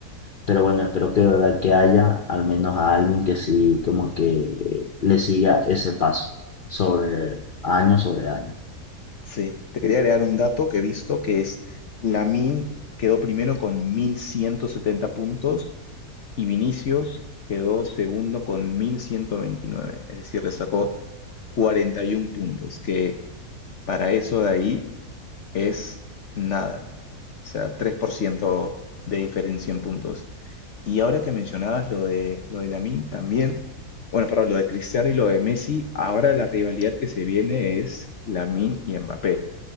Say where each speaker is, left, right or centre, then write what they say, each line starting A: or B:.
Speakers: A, on the left; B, on the left.
A: pero bueno, espero que de verdad que haya al menos a alguien que sí, como que le siga ese paso sobre año sobre año.
B: Sí, te quería agregar un dato que he visto que es Lamin quedó primero con 1170 puntos y Vinicius quedó segundo con 1129. es decir, le sacó 41 puntos, que para eso de ahí es nada, o sea, 3% de diferencia en puntos. Y ahora que mencionabas lo de lo de Lamine también, bueno, perdón, lo de Cristiano y lo de Messi, ahora la rivalidad que se viene es Lamine y Mbappé.